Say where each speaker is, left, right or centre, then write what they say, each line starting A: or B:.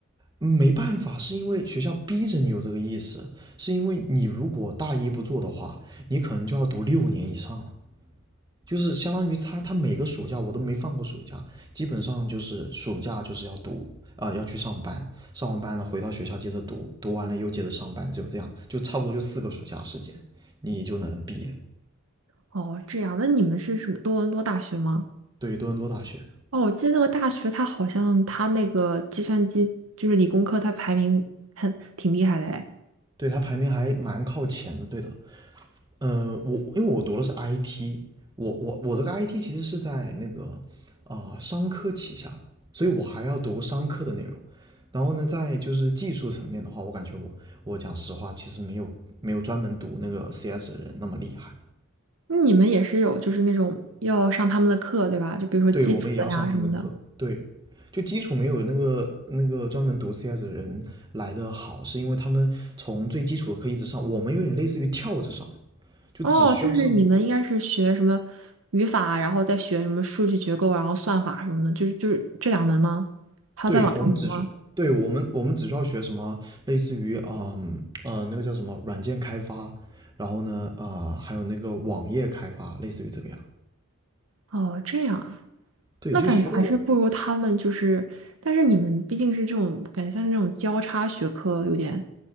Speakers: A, on the right (about 20°); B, on the right (about 70°).
A: 嗯没办法，是因为学校逼着你有这个意识，是因为你如果大一不做的话，你可能就要读六年以上了。就是相当于他他每个暑假我都没放过暑假，基本上就是暑假就是要读啊、呃要去上班，上完班了回到学校接着读，读完了又接着上班，只有这样，就差不多就四个暑假时间，你就能毕业。
B: 哦，这样，那你们是什么多伦多大学吗？
A: 对，多伦多大学，
B: 哦，我记得那个大学，它好像它那个计算机就是理工科，它排名很挺厉害的哎。
A: 对他排名还蛮靠前的，对的。呃，我因为我读的是 IT，我我我这个 IT 其实是在那个啊、呃商科旗下的，所以我还要读商科的内容。然后呢，在就是技术层面的话，我感觉我我讲实话，其实没有没有专门读那个 CS 的人那么厉害。
B: 那你们也是有就是那种要上他们的课对吧？就比如说基础的呀什么的。
A: 对，我们也要上他们的课，对，就基础没有那个那个专门读 CS 的人来的好，是因为他们从最基础的课一直上，我们有点类似于跳着上，就只需要上
B: 哦，就是你们应该是学什么语法，然后再学什么数据结构，然后算法什么的，就是就是这两门吗？还要再往上读吗？
A: 对，我们只需，对，我们我们只需要学什么，类似于啊、嗯呃那个叫什么软件开发，然后呢啊、呃还有那个网页开发，类似于这个样。
B: 哦，这样啊，
A: 对，
B: 那感觉还是不如他们就是，
A: 就学的，
B: 但是你们毕竟是这种感觉像是那种交叉学科，有点